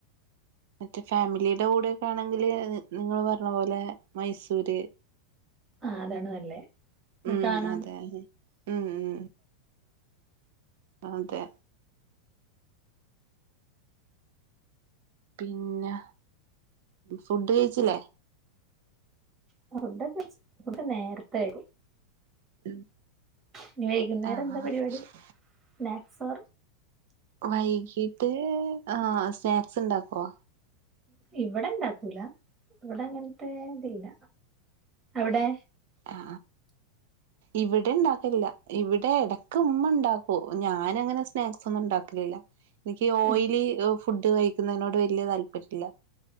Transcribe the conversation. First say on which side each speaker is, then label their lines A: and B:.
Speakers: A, on the right; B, on the right.
A: മറ്റേ ഫാമിലിയുടെ കൂടെ ഒക്കെ ആണെങ്കില് നിങ്ങള് പറഞ്ഞ പോലെ മൈസൂര്
B: ആഹ് അതാണ് നല്ലേ. എന്നാ
A: ഉം
B: കാണാൻ
A: അതെ ഉം ഉം അതെ പിന്നെ ഫുഡ് കഴിച്ചില്ലേ
B: <unintelligible> നേരത്തെ കഴിക്കും
A: ഉം
B: ഇനി വൈകുന്നേരം
A: ആഹ്
B: എന്താ പരിപാടി
A: ശരി
B: സ്നാക്സോ
A: വൈകീട്ട് ആ സ്നാക്സ് ഇണ്ടാക്കോ
B: ഇവ്ടെ ഇണ്ടാക്കൂല ഇവിടെങ്ങ ടെതില്ല അവിടെ
A: ആ ഇവിടെ ഇണ്ടാക്കില്ല ഇവിടെ ഇവിടെണ്ടക്കില്ല ആ ഇവിടെ ഇടക്ക്മ്മ ഇണ്ടാക്കും ഞാന് അങ്ങനെ സ്നാക്സ് ഒന്നും ഉണ്ടാക്കലില്ല എനിക്ക് ഓയിലി
B: ഉം,
A: ഫുഡ് കഴിക്കുന്നതിനോട് വല്യയ താല്പര്യമില്ല